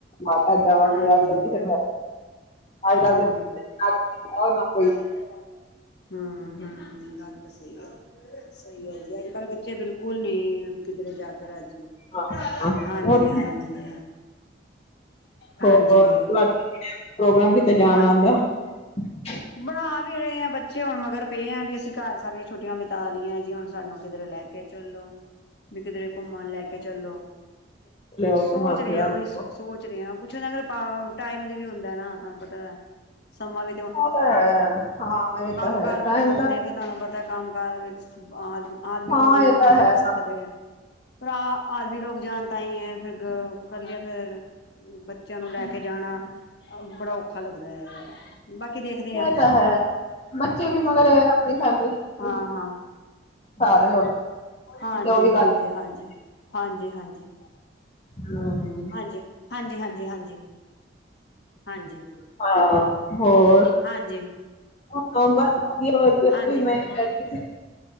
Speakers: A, on the left; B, on the left.
A: ਮਾਂ ਘਰ ਜਾਵਾਂਗੇ
B: ਹਾਂਜੀ
A: ਅੱਜ ਕੱਲ ਕਿਸੇ ਅੱਜ ਕੱਲ
B: ਹਮ।
A: ਦੇ <unintelligible>
B: ਹਮ। ਹਾਂ ਹਾਂ। <unintelligible> ਗੱਲ ਤਾਂ ਸਹੀ ਹੈ ਸਹੀ ਹੈ ਜੀ ਅੱਜ ਕੱਲ ਬੱਚੇ ਬਿਲਕੁਲ ਨਹੀ- ਕਿੱਧਰੇ ਜਾ। <unintelligible>
A: ਹਾਂ
B: ਹਾਂਜੀ ਹਾਂਜੀ ਹਾਂਜੀ।
A: ਹੋਰ ਤੁਹਾਡੇ ਪ੍ਰੋਗਰਾਮ ਕੀਤੇ ਜਾਣ
B: ਬ
A: ਆਉਂਦਾ। ਹਮ।
B: ਬਣਾ ਵੀ ਰਹੇ ਆ ਬੱਚੇ ਹੁਣ ਮਗਰ ਪਏ ਆ ਵੀ ਅਸੀਂ ਘਰ ਸਾਰੇ ਛੁੱਟੀਆਂ ਬਿਤਾ ਲਈਆਂ ਜੀ ਹੁਣ ਸਾਨੂੰ ਕਿਧਰੇ ਲੈ ਕੇ ਚੱਲੋ। ਬਕਦੇ। <unintelligible> ਘੁੰਮਣ ਲੈ ਕੇ ਚਲੋ
A: ਲਿਆਓ
B: ਸੋਚ
A: ਘੁਮਾ
B: ਰਿਹਾ
A: ਫਿਰਾ ਲਿਆਓ।
B: ਉਹੀ ਸੋਚ ਰਿਹਾ। ਕੁਛ ਹੁੰਦਾ ਅਗ ਟਾਈਮ ਦੀ ਵੀ ਹੁੰਦਾ ਨਾ ਤੁਹਾਨੂੰ ਪਤਾ ਸਮਾਂ ਵੀ <unintelligible>
A: ਉਹ ਤਾਂ ਹੈ ਹਾਂ ਇਹ
B: ਕੰਮ
A: ਤਾਂ ਹੈ
B: ਕਾਰ ਵਾਲੇ
A: ਟਾਈਮ
B: ਬੰਦੇ
A: ਤਾਂ
B: ਫਿਰ ਤੁਹਾਨੂੰ ਪਤਾ ਕੰਮ ਕਾਰ ਵਿੱਚ ਬਾਦ। <unintelligible> ਆਦਮੀ
A: ਹਾਂ
B: ਲੋਕ ਹੀ ਨਾ
A: ਇਹ
B: ਫਿਰ
A: ਤਾਂ
B: ਜਾ
A: ਹੈ
B: ਸਕਦੇ ਹੈ ਭਰਾ ਆਦਮੀ ਲੋਕ ਜਾਣ ਤਾਂ ਹੀ ਹੈ ਫਿਰ ਇਕੱਲੇ ਫੇਰ ਬੱਚਿਆਂ ਨੂੰ ਲੈ ਕੇ ਜਾਣਾ ਬੜਾ ਔਖਾ ਲੱਗਦਾ ਹੈ ਬਾਕੀ ਦੇਖਦੇ ਹਾਂ
A: ਇਹ ਤਾਂ ਹੈ ਬੱਚੇ ਵੀ ਮਗਰ ਆਪਣੀ ਫੈਮਲੀ ਸ
B: ਹਾਂ
A: ਹੋ
B: ਹਾਂ।
A: ਫਰ
B: ਹਾਂਜੀ,
A: ਉਹ ਵੀ
B: ਹਾਂਜੀ,
A: ਗੱਲ। <unintelligible>
B: ਹਾਂਜੀ ਹਾਂਜੀ।
A: ਹੂੰ
B: ਹਾਂਜੀ ਹਾਂਜੀ ਹਾਂਜੀ। ਹਾਂਜੀ ਹਾਂਜੀ।
A: ਹਾਂ ਹੋਰ?
B: ਹਾਂਜੀ,
A: ਹਾਂ ਬਸ ਵਧੀ <unintelligible> ਆ ਵਧੀਆ
B: ਹਾਂਜੀ, ਹਾਂਜੀ।
A: ਮੈਂ
B: ਹਾਂਜੀ,
A: ਬੈਠੀ ਸੀ